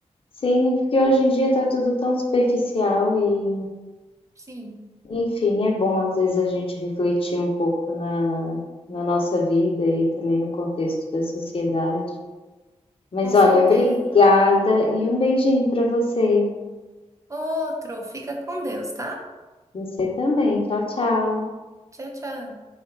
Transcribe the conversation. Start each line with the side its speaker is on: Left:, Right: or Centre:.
Left: Sim, porque hoje em dia tá tudo tão superficial e,
Right: sim,
Left: enfim, é bom às vezes a gente refletir um pouco na, na nossa vida e também no contexto da sociedade. Mas
Right: com
Left: olha,
Right: certeza.
Left: obrigada e um beijinho pra você.
Right: Outro, fica com Deus, tá?
Left: Você também. Tchau, tchau.
Right: Tchau, tchau.